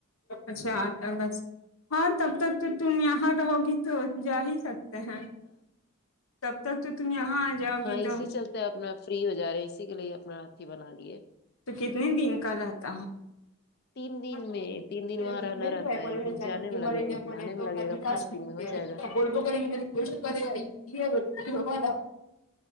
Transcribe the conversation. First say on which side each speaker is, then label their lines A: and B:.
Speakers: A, on the left (about 80°); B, on the left (about 50°).
A: اچھا آٹھ کالج ہاں تب تک تو تم یہاں رہو گی تو جا ہی سکتے ہیں تب تک تو تم یہاں آ جاؤ
B: ہاں
A: گی
B: اسی
A: تو
B: چلتے اپنا فری ہو جا رہے ہیں اسی کے لیے اپنا ہا تھی بنا لیے
A: تو کتنے دن کا رہتا ہے <unintelligible>
B: تین دن میں تین دن وہاں رہنا رہتا ہے ایک دن جانے میں لگے گا ایک دن آنے میں لگے گا پانچ
A: <unintelligible>
B: دن میں ہو جائے گا